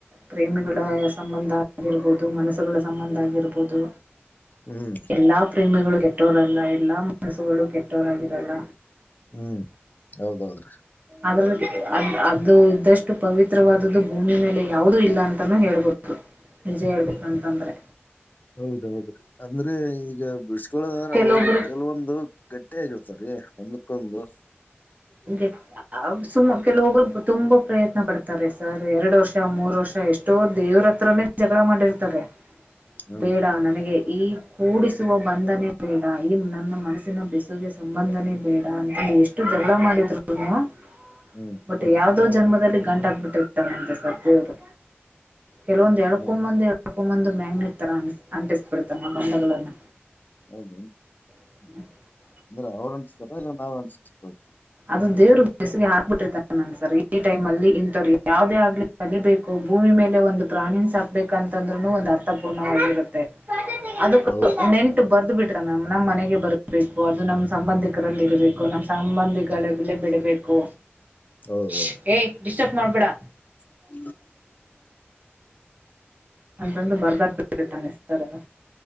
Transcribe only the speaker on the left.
ಹ್ಮ್
ಹ್ಮ್ ಹೌದೌದ್ರಿ.
ಹೌದೌದ್ರೀ ಅಂದ್ರೆ ಈಗ ಬಿಡ್ಸೀ ತುಳುದಂದ್ರೆ
ಅವು ಕೆಲವೊಂದು ಗಟ್ಟಿಯಾಗಿರ್ತಾವ್ರೀ ಒಂದಕ್ಕೊಂದು.
ಹ್ಮ್
ಹೌದು
ಹ್ಮ್
ಹೌದನ್
ಹೌದ್
ದೌದು.
ಅಂದ್ರೆ ಅವ್ರ್ ಅಂಟಿಸ್ತಾರೆ ಈ ನಾವ್ ಅಂಟಿಸ್ಕೊಳ್ತೀವ.
ಹೌದ್
ಹೌದೌದು
<inaudible>